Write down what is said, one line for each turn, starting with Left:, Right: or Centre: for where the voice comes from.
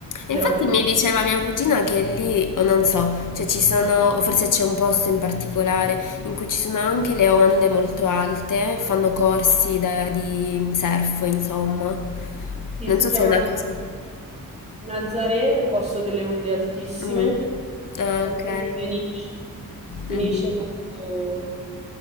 Left: Infatti
Right: Però per esempio,
Left: mi diceva mia cugina che lì, o non so, cioè ci sono, o forse c'è un posto in particolare in cui ci sono anche le onde molto alte, fanno corsi da- di surf, insomma.
Right: sì,
Left: Non
Right: si
Left: so
Right: chiama
Left: se è una cosa...
Right: Nazaré, è il posto delle onde altissime,
Left: Mm. Ah,
Right: oppure
Left: ok.
Right: Peniche. Peniche
Left: Mhm.
Right: è molto